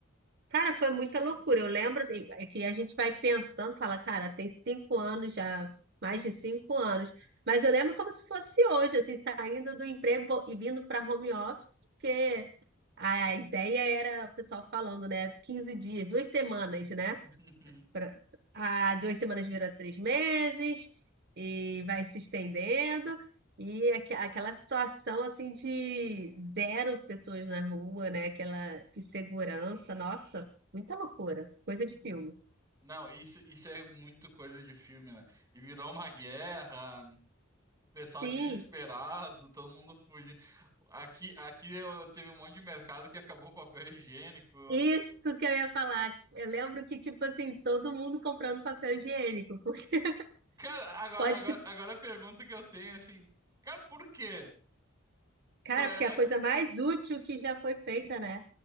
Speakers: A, on the right; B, on the right.
A: Cara, foi muita loucura. Eu lembro assim, é que a gente vai pensando, fala, cara, tem cinco anos já, mais de cinco anos. Mas eu lembro como se fosse hoje, assim, saindo do emprego vo- e vindo para home office, porque a, a ideia era, o pessoal falando, né, 15 dias, duas semanas, né?
B: <laughs>
A: pra- a duas semanas vira três meses e vai se estendendo. E aque- aquela situação assim de zero pessoas na rua, né? Aquela insegurança, nossa, muita loucura, coisa de filme.
B: Não, isso, isso é muito coisa de filme, né? E virou uma guerra, o pessoal
A: Sim,
B: desesperado, todo mundo fugindo. Aqui, aqui eu, teve um monte de mercado que acabou o papel higiênico.
A: isso que eu ia falar. Eu lembro que, tipo assim, todo mundo comprando papel higiênico, porque
B: Cara, agora,
A: <laughs> pode,
B: agora,
A: fi-
B: agora a pergunta que eu tenho, assim, cara, por quê?
A: cara,
B: Qual é-
A: porque é a coisa mais útil que já foi feita, né?